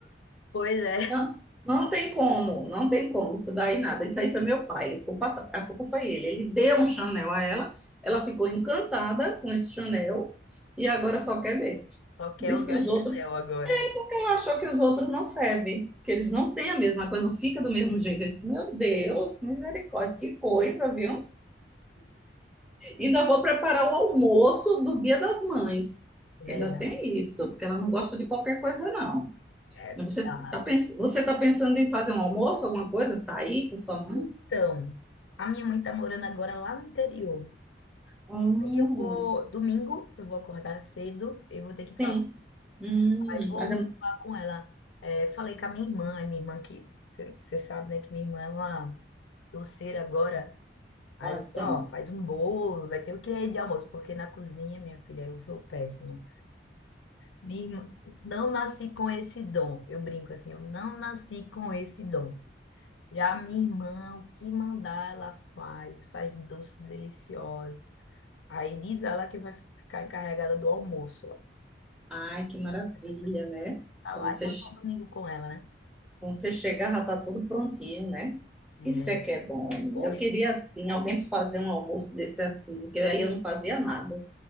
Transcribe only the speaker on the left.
Pois é, <laughs>
só quer
usar
Chanel
agora.
É
Verdade.
É,
tá.
Então, a minha mãe tá morando agora lá no interior.
Aí eu vou, domingo, eu vou acordar cedo, eu vou ter que
ir pra lá.
Aí vou
falar com ela. É, falei com a minha irmã, a minha irmã que, você sabe, né, que minha irmã, ela doceira agora. Aí
eu disse,
ó, faz um bolo, vai ter o que de almoço? Porque na cozinha, minha filha, eu sou péssima. Minha irmã, não nasci com esse dom. Eu brinco assim, eu não nasci com esse dom. Já minha irmã, o que mandar, ela faz, faz doces deliciosos. Aí diz ela que vai ficar encarregada do almoço.
dessa minha mãe
almoçar
lá
e passar o domingo com ela, né?
É,
poxa,